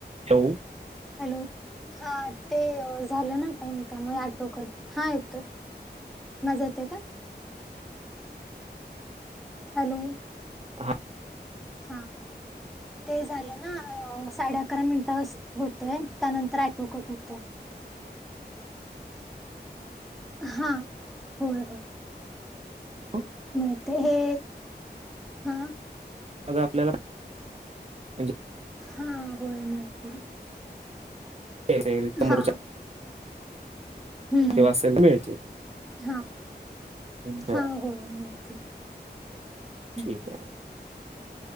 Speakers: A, on the right; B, in the centre.
A: ठेऊ?
B: हॅलो... हा ते झालं ना टाइम, त्यामुळे आटो कट... हा येतोय माझा येतोय काय, हॅलो
A: हा
B: हा, ते झालं ना साडे अकरा मिनिटं होतय त्यानंतर अॅटोकट होतं. हा होय होय.
A: होओक
B: मिळते हे हा.
A: अग आपल्याला. म्हणजे
B: हा होय माहिती आहे.
A: <unintelligible> <unintelligible>
B: हा हम्म
A: <unintelligible> मिळते
B: हा
A: <unintelligible>
B: हा होय मिळतील हम्म.
A: ठीक ए